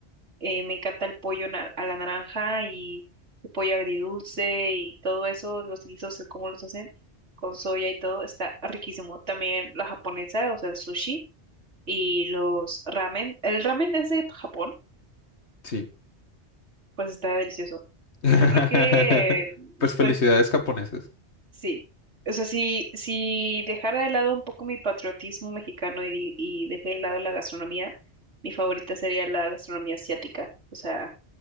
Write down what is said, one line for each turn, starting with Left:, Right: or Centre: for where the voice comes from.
Right: Eh, me encanta el pollo nar- a la naranja y el pollo agridulce y todo eso, los guisos, el cómo los hacen con soya y todo, está riquísimo. También la japonesa, o sea, el sushi. Y los ramen, el ramen es de Japón,
Left: Sí.
Right: pues está delicioso.
Left: <laughs>
Right: Yo creo que,
Left: Pues felicidades
Right: pues
Left: japoneses.
Right: sí. O sea, si, si dejara de lado un poco mi patriotismo mexicano y, di- y dejé de lado la gastronomía, mi favorita sería la gastronomía asiática. O sea,